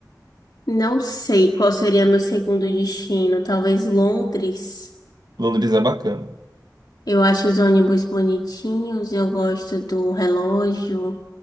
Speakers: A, on the left; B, on the right.
A: Não sei qual seria meu segundo destino. Talvez Londres.
B: Londres é bacana.
A: Eu acho os ônibus bonitinhos, eu gosto do relógio,